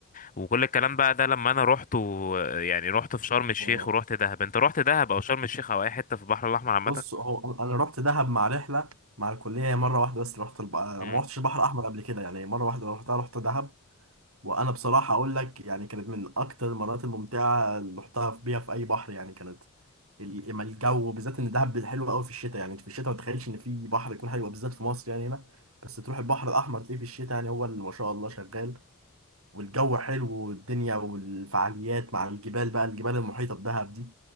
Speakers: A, on the left; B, on the right.
A: وكل الكلام بقى ده لما انا رحت و... يعني رحت في شرم الشيخ
B: اه
A: ورحت دهب انت رحت دهب او شرم الشيخ او اي حته في البحر الاحمر عامه
B: بص هو انا أنا رحت دهب مع رحله مع الكليه مره واحده بس رحت الب... ما
A: مم.
B: رحتش البحر الاحمر قبل كده يعني مره واحده رحتها رحت دهب وانا بصراحه اقول لك يعني كانت من اكتر المرات الممتعه اللي رحتها في- بيها في اي بحر يعني كانت ال- اما الجو بالذات ان دهب حلو قوي في الشتاء يعني انت في الشتاء ما تتخيلش ان في بحر يكون حلو بالذات في مصر يعني هنا بس تروح البحر الاحمر تلاقيه في الشتاء يعني هو اللي ما شاء الله شغال والجو حلو والدنيا والفعاليات مع الجبال بقى الجبال المحيطة بدهب دي